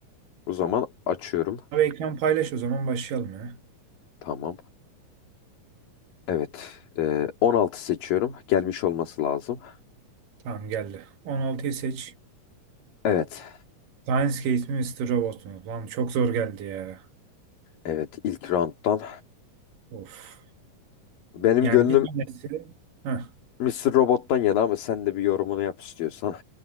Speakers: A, on the left; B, on the right.
A: O zaman açıyorum.
B: Abi ekran paylaş o zaman başlayalım ya.
A: Tamam. Evet. e, 16 seçiyorum. Gelmiş olması lazım.
B: Tamam geldi. 16'yı seç.
A: Evet.
B: Lionsgate mi Mister Robot mu? Lan çok zor geldi ya.
A: Evet. ilk round'dan.
B: Of.
A: Benim
B: Yani
A: gönlüm
B: bir tanesi Heh.
A: Mr. Robot'tan yana ama sen de bir yorumunu yap istiyorsan.